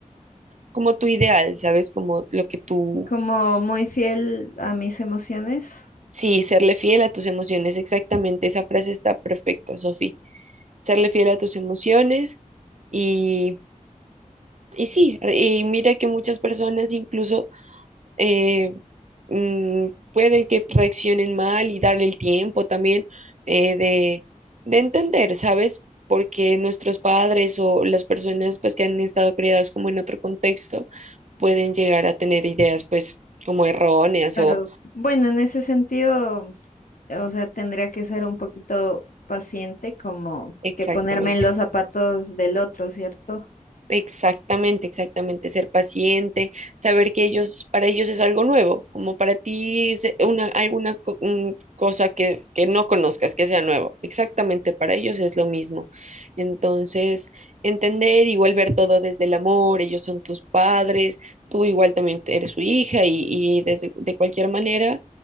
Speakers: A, on the right; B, on the left.
A: como tu ideal, ¿sabes? Como lo que tú,
B: Como
A: s-
B: muy fiel a mis emociones,
A: sí, serle fiel a tus emociones, exactamente, esa frase está perfecta, Sofi, serle fiel a tus emociones y, y sí, y mira que muchas personas incluso eh, mm, pueden que reaccionen mal y darle el tiempo también eh, de, de entender, ¿sabes? Porque nuestros padres o las personas pues que han estado criadas como en otro contexto pueden llegar a tener ideas pues como erróneas
B: pero
A: o
B: bueno, en ese sentido, o sea, tendría que ser un poquito paciente, como
A: exactamente.
B: que ponerme en los zapatos del otro, ¿cierto?
A: Exactamente, exactamente, ser paciente, saber que ellos, para ellos es algo nuevo, como para ti es una, alguna co- un cosa que, que no conozcas, que sea nuevo, exactamente, para ellos es lo mismo. Entonces, entender, igual ver todo desde el amor, ellos son tus padres, tú igual también eres su hija y, y desde, de cualquier manera,